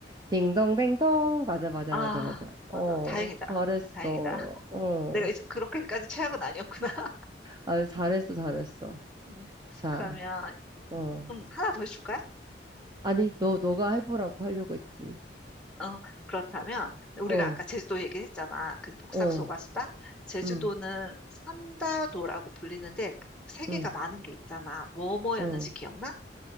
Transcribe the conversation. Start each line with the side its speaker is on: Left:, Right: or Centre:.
Right: 딩동댕동. 맞아, 맞아,
Centre: 아,
Right: 맞아, 맞아. 어,
Centre: 맞아. 다행이다.
Right: 잘했어.
Centre: 다행이다.
Right: 어,
Centre: 내가 이제 그렇게까지 최악은 아니었구나. <laughs>
Right: 아 잘했어, 잘했어.
Centre: 음,
Right: 자,
Centre: 그러면,
Right: 어.
Centre: 음, 하나 더 해줄까?
Right: 아니, 너, 너가 해보라고 하려고 했지.
Centre: 어, 그렇다면 우리가
Right: 어,
Centre: 아까 제주도 얘기했잖아. 그 폭삭소가수다.
Right: 어,
Centre: 제주도는
Right: 응,
Centre: 삼다도라고 불리는데 세계가
Right: 응,
Centre: 많은 게 있잖아. 뭐뭐였는지
Right: 응.
Centre: 기억나?